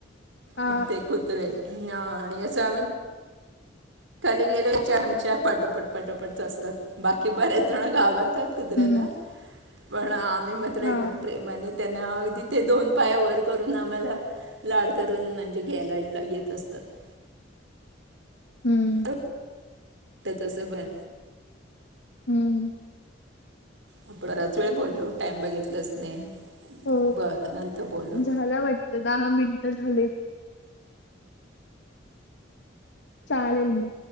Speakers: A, on the left (about 65°); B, on the right (about 75°).
A: हा
B: अ ते कुत्रे आणि असं आम्ही खाली गेले आमच्या पाठोपठ पाठोपठच असतात बाकी बरेच जण गावरात कुऱ्यांना
A: हम्म
B: पण आम्ही म तला
A: हा
B: एकदम प्रेमाने त्यांना अगदी ते दोन पाया वर करून आम्हाला लाड करून म्हणजे घ्यायला ला येत असतात <unintelligible>
A: हम्म
B: वाटतं पर
A: हम्म
B: आपणराच वेळ बोललो टाइम बघितलंच नाही
A: हो
B: बरं नंतर बोललो
A: झाला वाटत दहा मिनिट झाले चालेल मग